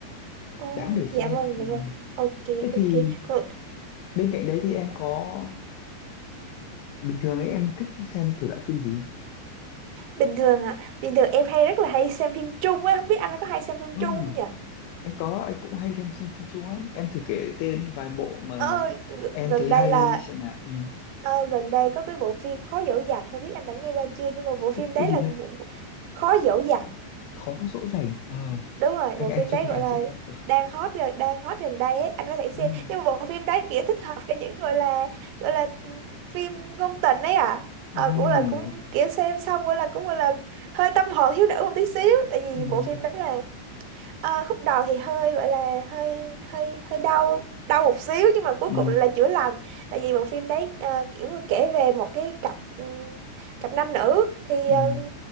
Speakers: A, on the right; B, on the left.
A: Ôi,
B: đáng để xem
A: dạ vâng,
B: ừ.
A: dạ vâng. Ok,
B: thế
A: ok.
B: thì
A: Còn
B: bên cạnh đấy thì em có bình thường ấy em thích xem thể loại phim gì
A: bình thường hả? Bình thường em hay rất là hay xem phim Trung á, không biết anh có hay xem phim
B: ừ.
A: Trung không nhỉ?
B: anh có anh cũng hay xem xem phim Trung lắm em thử kể tên vài bộ mà
A: Ờ, g-
B: em
A: gần
B: thấy
A: đây
B: hay
A: là
B: xem nào ừ.
A: ờ, gần đây có cái bộ phim Khó dỗ dành, không biết anh đã nghe qua chưa nhưng mà bộ
B: cái,
A: phim
B: cái,
A: đấy
B: cái gì
A: là
B: ra
A: một- Khó dỗ dành.
B: khó dỗ dành ờ
A: đúng rồi
B: anh
A: bộ
B: anh
A: phim
B: chưa
A: đấy
B: nghe
A: gọi
B: anh
A: là
B: chưa nghe ừ.
A: đang hot gần đang hot gần đây ấy anh có thể xem
B: à,
A: nhưng mà bộ phim đấy kiểu thích hợp cho những gọi là gọi là ừ, phim ngôn tình ấy à ờ,
B: à.
A: cũng là cũng kiểu xem xong gọi là cũng gọi là hơi tâm hồn thiếu nữ một tí xíu tại vì
B: Ừ.
A: bộ phim đấy là Ờ, khúc đầu thì hơi gọi là hơi hơi hơi đau đau một xíu nhưng mà cuối
B: Ừ.
A: cùng là chữa lành tại vì bộ phim đấy ờ, kiểu như kể về một cái cặp ừm, cặp nam nữ thì
B: Ừ.
A: ờ,